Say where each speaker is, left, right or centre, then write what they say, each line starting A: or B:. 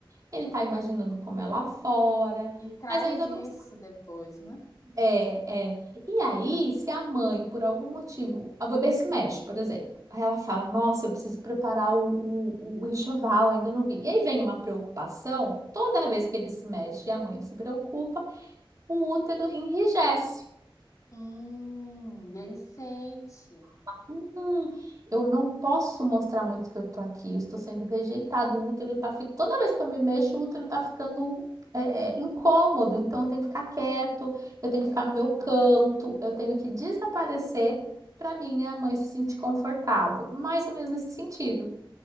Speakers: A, on the right (about 40°); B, on the left (about 40°).
A: ele tá imaginando como é lá fora,
B: E traz
A: mas ainda
B: isso
A: não.
B: depois, né?
A: É, é. E aí, se a mãe, por algum motivo, a bebê se mexe, por exemplo, aí ela fala: Nossa, eu preciso preparar o, o, o enxoval, ainda não vi. E aí vem uma preocupação, toda vez que ele se mexe e a mãe se preocupa, o útero enrijece.
B: Hum, e ele sente.
A: Hum, eu não posso mostrar muito que eu tô aqui, eu estou sendo rejeitado, o útero tá ficando. Toda vez que eu me mexo, o útero tá ficando é, é, incômodo, então eu tenho que ficar quieto, eu
B: Entendi,
A: tenho que ficar no meu canto, eu tenho que desaparecer para minha mãe se sentir confortável, mais ou menos nesse sentido.